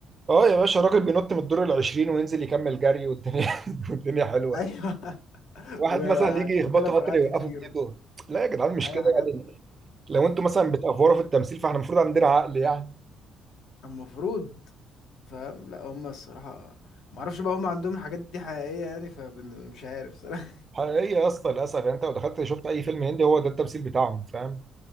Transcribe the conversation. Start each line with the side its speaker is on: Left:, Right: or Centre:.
Right: اه يا باشا الراجل بينط من الدور ال 20 وينزل يكمل جري والدنيا <laughs> والدنيا حلوه
Left: <laughs> ايوه
Right: واحد
Left: وقنبلة
Right: مثلا يجي يخبطه
Left: فرقعت
Right: قطر يوقفه
Left: تطير
Right: بايده لا يا جدعان مش
Left: اي
Right: كده
Left: حاجات
Right: يعني. لو انتوا مثلا بتأفوروا في التمثيل فاحنا المفروض عندنا عقل يعني
Left: المفروض فاهم لا هم الصراحة ما اعرفش بقى هم عندهم الحاجات دي حقيقية يعني فمش عارف صراحة
Right: حقيقية يا اسطى للاسف يعني انت لو دخلت شفت اي فيلم هندي هو ده التمثيل بتاعهم فاهم